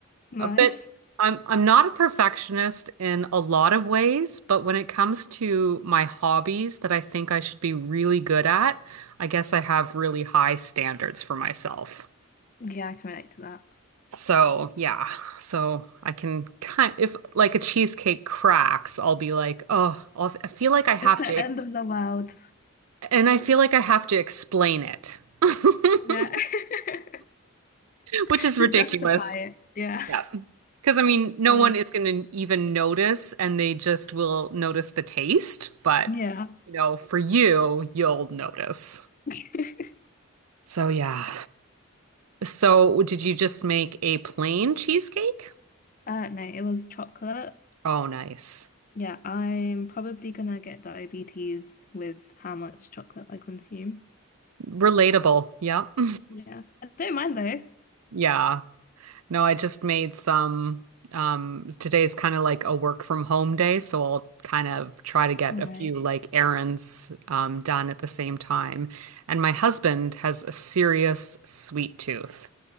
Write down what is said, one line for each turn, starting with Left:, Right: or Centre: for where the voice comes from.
Left: Nice.
Right: a bit
Left: <laughs>
Right: I'm I'm not a perfectionist in a lot of ways, but when it comes to my hobbies that I think I should be really good at, I guess I have really high standards for myself.
Left: Yeah, I can relate to that.
Right: So yeah, so I can kind if like a cheesecake cracks, I'll be like, oh, I'll, I feel like I have
Left: It's the
Right: to, ex
Left: end of the world.
Right: and I feel like I have to explain it, <laughs>
Left: Yeah. <laughs>
Right: which is ridiculous.
Left: To justify it. Yeah.
Right: Yeah, because I mean, no
Left: Nice.
Right: one is going to even notice, and they just will notice the taste. But
Left: Yeah.
Right: you know, for you, you'll notice.
Left: <laughs>
Right: So yeah. So did you just make a plain cheesecake?
Left: Uh, no, it was chocolate.
Right: Oh, nice.
Left: Yeah, I'm probably gonna get diabetes with how much chocolate I consume.
Right: Relatable. Yep. <laughs>
Left: Yeah. I don't mind though.
Right: Yeah. No, I just made some. Um, today's kind of like a work from home day, so I'll kind of try to get
Left: Right.
Right: a few like errands um, done at the same time. And my husband has a serious sweet tooth,